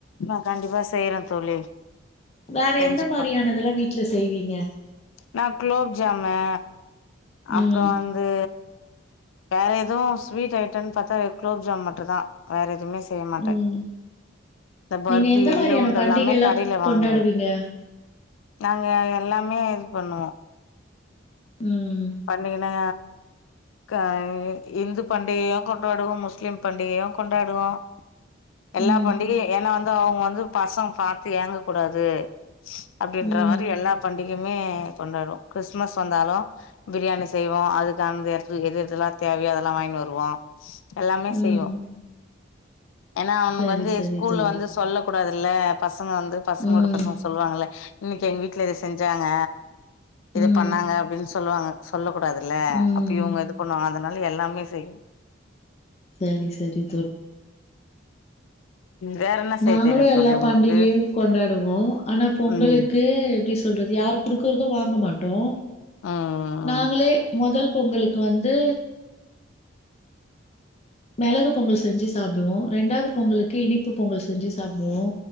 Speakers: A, on the left (about 85°); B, on the left (about 35°).
A: நான் கண்டிப்பா செய்றேன் தோழி
B: வேற
A: செஞ்சு
B: எந்த மாரியானதெல்லா
A: பாக்கறேன்
B: வீட்ல செய்வீங்க
A: நான் குலோப்ஜாமு
B: ம்
A: அப்புறம் வந்து வேற எதுவும் ஸ்வீட் ஐட்டம்னு பாத்தா குலோப்ஜாம் மட்டு தான் வேற எதுவுமே செய்ய மாட்டேன்
B: ம்
A: பருப்பு
B: நீங்க எந்த
A: எள்ளுருண்ட
B: மாரியான பண்டிகைல்லா
A: எல்லாமே கடைல வாங்குவேன்
B: கொண்டாடுவீங்க
A: நாங்க எல்லாமே இது பண்ணுவோம்
B: ம்
A: பண்டிகைன்னா க இந்து பண்டிகையும் கொண்டாடுவோம் முஸ்லிம் பண்டிகையும் கொண்டாடுவோம் எல்லா
B: ம்
A: பண்டிகையும் ஏன்னா வந்து அவுங்க வந்து பசங்க பாத்து ஏங்கக் கூடாது அப்டின்ற
B: ம்
A: மாரி எல்லாப் பண் இங்கயுமே கொண்டாடுவோம் கிறிஸ்மஸ் வந்தாலும் பிரியாணி செய்வோம் அதுக்கானது எடத்துல எததெல்லாம் தேவையோ அதெல்லாம் வாங்கினு வருவோம் எல்லாமே
B: ம்
A: செய்வோ ஏன்னா அவனுங்க
B: சரி
A: வந்து
B: சரி
A: ஸ்கூல்ல
B: தோழி
A: வந்து சொல்லக்கூடாது இல்ல பஸ் பசங்க வந்து பசங்களோட
B: ம்
A: பசங்க சொல்லுவாங்கல்ல இன்னைக்கு எங்க வீட்ல இத செஞ்சாங்க இது
B: உம்
A: பண்ணாங்க அப்டின்னு சொல்லுவாங்க சொல்லக் கூடாதுல்ல
B: ம்
A: அப்ப இவுங்க இது பண்ணுவங்க அத அதனால எல்லாமே செய்வேன்
B: சரி சரி
A: வேற என்ன செய்ய
B: நாங்களும்
A: தெரியு
B: எல்லா
A: தோழி உங்களுக்கு
B: பண்டிகையும் கொண்டாடுவோம் ஆனா பொங்கலுக்கு
A: ம்
B: எப்டி சொல்றது யார் குடுக்கறதோ வாங் வாங்க மாட்டோம்
A: ம்
B: நாங்களே மொதல் பொங்கலுக்கு வந்து மெளகு பொங்கல் செஞ்சு சாப்டுவோ ரெண்டாவது பொங்கலுக்கு இனிப்பு பொங்கல் செஞ்சு சாப்டுவோ